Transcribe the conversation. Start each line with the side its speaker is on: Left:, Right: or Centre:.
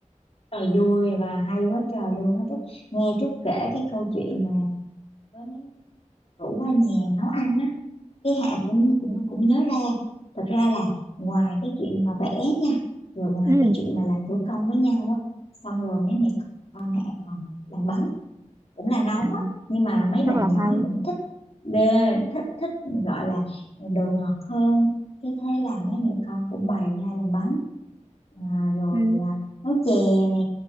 Left: trời vui và hay quá trời luôn á Trúc nghe Trúc kể cái câu chuyện mà với mấy người rủ qua nhà nấu ăn á cái Hạ cũng cũng cũng nhớ ra thật ra là ngoài cái chuyện mà vẽ nha rồi ngoài
Right: ừ
Left: cái chuyện mà làm thủ công với nhau á xong rồi mấy mẹ con Hạ còn làm bánh cũng là nấu
Right: à,
Left: á nhưng mà mấy
Right: rất
Left: bạn
Right: là
Left: nhỏ
Right: hay
Left: thì vẫn thích bê- thích thích gọi là đồ ngọt hơn cái thế là mấy mẹ con cũng bày ra làm bánh à, rồi
Right: ừ
Left: à, nấu chè nè